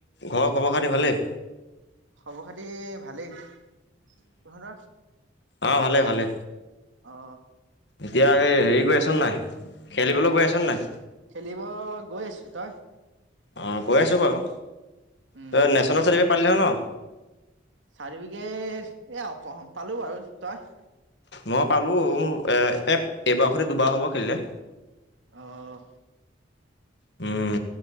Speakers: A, on the left; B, on the right.
A: ঘৰৰ খবৰ খাটি ভালেই?
B: খবৰ খাতি ভালেই। তহঁতৰ?
A: অ ভালে ভালে।
B: অ'।
A: এতিয়া হেৰি গৈ আছন নাই? খেলিবলৈ গৈ আছন নাই।
B: খেলিব গৈ আছো। তই?
A: অঁ গৈ আছোঁ বাও।
B: উম,
A: তই নেচনেল চাৰ্টিফিকেট পালি নহয় নহ?
B: চাৰ্টিফিকেট এ অ পালো বাৰু। তই?
A: ম পালো মোৰ এ এ এবাৰ খতি দুবাৰ হ'ব খেলিলে।
B: অহ।
A: উম।